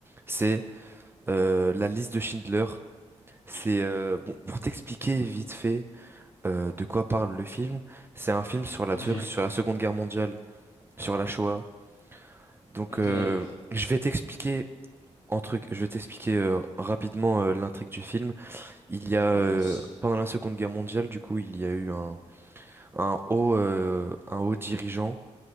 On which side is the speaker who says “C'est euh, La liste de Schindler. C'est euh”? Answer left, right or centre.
Right